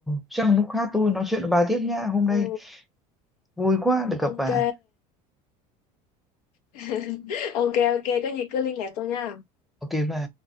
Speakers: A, in the centre; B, on the left (about 75°).
A: chắc là lúc khác tôi nói chuyện với bà tiếp nhá hôm
B: Ừ,
A: nay vui quá được
B: ok.
A: gặp bà
B: <laughs> Ok, ok, có gì cứ liên lạc tôi nha.
A: ok bà